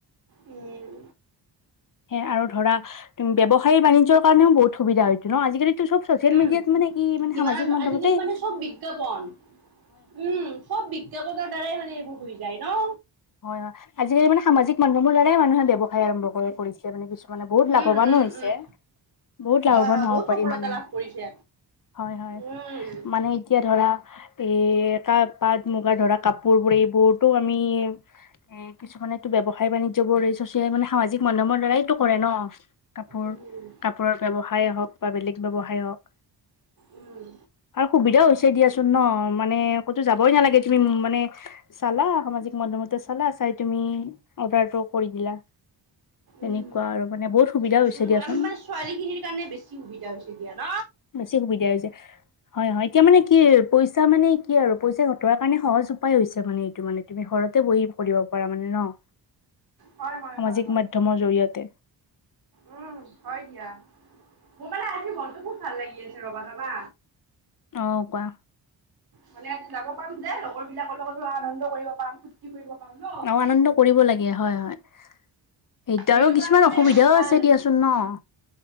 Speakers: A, on the right; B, on the left.
A: উম।
B: সে আৰু ধৰা ব্যৱসায়িক বাণিজ্যৰ কাৰণেও বহুত সুবিধা ন' আজিকালিতো চব চচিয়েল
A: উম,
B: মিডিয়াত মানে কি, মানে
A: কিমান
B: সামাজিক মাধ্যমতেই
A: আজিকালি মানে চব বিজ্ঞাপন। উম, সব বিজ্ঞাপনৰ দ্বাৰাই মানে এইবোৰ হৈ যায় ন?
B: হয়, হয়, আজিকালি মানে সামাজিক মাধ্যমৰ দ্বাৰাই মানুহে ব্যৱসায় আৰম্ভ কৰে কৰিছে, মানে কিছু। মানে বহুত লাভৱানো
A: উম, উম,
B: হৈছে,
A: উম,
B: বহুত লাভৱান
A: হয়, হয়
B: হ'ব
A: বহুত
B: পাৰি
A: সফলতা
B: মানে।
A: লাভ কৰিছে।
B: হয়, হয়,
A: উম।
B: মানে এতিয়া ধৰা, এই পাট মুগাৰ ধৰা কাপোৰ বোৰেই বহতো, আমি এ, কিছুমানে মটো ব্যৱসায়-বাণিজ্যবোৰ কৰে সামাজিক মাধ্যমৰ দ্বাৰাইটো কৰে ন? কাপোৰ,
A: উম, উম,
B: কাপোৰৰ ব্যয়ৱসায় হওঁক বা বেলেগ ব্যয়ৱসায় হওঁক।
A: উম,
B: আৰু সুবিধা হৈছে দিয়াচো। নহ মানে, ক'তো যাবই নালাগে। তুমি মানে, চালা সামাজিক। <unintelligible> চালা, চাই তুমি অৰ্ডাৰটো কৰি দিলা। তেনেকুৱা
A: উম,
B: আৰু মানে বহুত সুবিধা হৈছে
A: <unintelligible>
B: দিয়াচোন
A: মানে ছোৱালীখিনিৰ কাৰণে বেছি সুবিধা হৈছে দিয়া ন?
B: বেছি সুবিধা হৈছে। হয়, হয়। এতিয়া মানে কি পইচা মানে কি আৰু, পইচা ঘটোৱাৰ কাৰণে সহজ উপায় হৈছে, মানে এইটো, মানে। ঘৰতে বহি পঢ়িব পাৰা মানে ন'?
A: হয়, হয়,
B: সামাজিক
A: হয়, হয়।
B: মাধ্যমৰ জৰিয়তে
A: উম, হয় দিয়া। মোৰ মানে আজি মনটো খুব ভাল লাগি আছে ৰ'বা, জানা?
B: অ', কোৱা।
A: মানে, আজি যাব পাম যে, লগৰ বিলাকৰ লগতো আনন্দ কৰিব পাম, ফূৰ্তি কৰিব। পাম ন।
B: আৰু আনন্দ কৰিব লাগে, হয়, হয়। <unintelligible>
A: সেইটো
B: আৰু কিছুমান
A: কাৰণে মানে
B: অসুবিধাও
A: ভাল
B: আছে,
A: লাগে।
B: দিয়াচোন নহ?